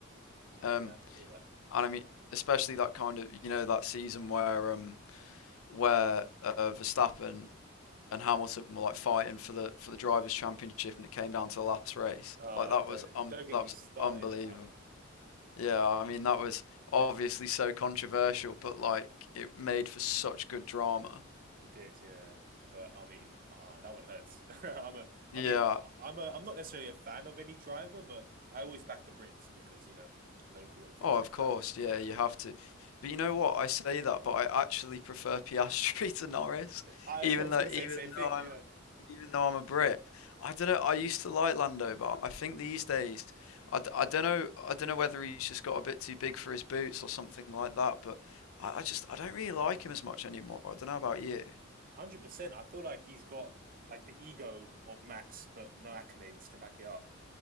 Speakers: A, on the right; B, on the left.
A: No,
B: Um,
A: yeah, I saw that.
B: and I mean, especially that kind of you know that season where um where uh, Verstappen and Hamilton were like fighting for the for the drivers' championship and it came down to the last race.
A: Ah,
B: Like that
A: don't
B: was um
A: don't get
B: that
A: me
B: was
A: started
B: unbelievable.
A: on that one.
B: Yeah, I mean that was obviously so controversial, but like it made for such good drama.
A: It did, yeah. But I mean, ah, that one hurts. <laughs> I'm a,
B: Yeah.
A: I mean, I- I'm a, I'm not necessarily a fan of any driver, but I always back the Brits because you know, local and things
B: Oh, of
A: like
B: course.
A: that.
B: Yeah,
A: Yeah,
B: you have to. But you know what? I say that, but I actually prefer Piastri <laughs> to Norris,
A: I,
B: even
A: <laughs> I was
B: though
A: gonna
B: even
A: say the same thing.
B: though I'm
A: Yeah,
B: even though I'm a Brit. I don't know. I used to like Lando, but I think these days I, d- I don't know I don't know whether he's just got a bit too big for his boots or something like that, but I, I just I don't really like him as much anymore. I don't know about you.
A: 100%. I feel like he's got like the ego of Max, but no accolades to back it up.